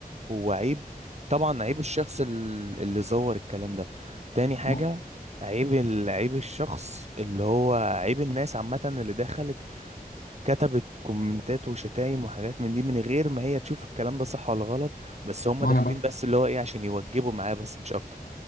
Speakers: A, on the right; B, on the left.
A: هو عيب طبعا عيب الشخص ال- اللي زور الكلام ده تاني حاجة
B: ما,
A: عيب ال- عيب الشخص اللي هو عيب الناس عامة اللي دخلت كتبت كومنتات وشتايم وحاجات من دي من غير ما هي تشوف الكلام ده صح ولا غلط بس هم
B: ما
A: داخلين
B: انا
A: بس اللي هو ايه عشان يوجبوا معاه بس مش اكتر